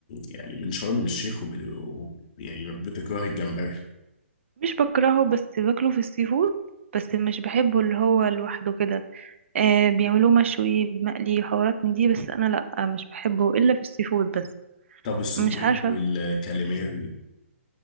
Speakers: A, on the left; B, on the right.
A: يعني من شرم الشيخ وبدو يعني بتكره الجمبري
B: مش بكرهه بس باكله في السي فود بس مش بحبه اللي هو لوحده كده آه بيعملوه مشوي مقلي وحوارات من دي بس انا لا مش بحبه الا في السي فود بس
A: طب السبيط
B: مش عارفه
A: والكاليماري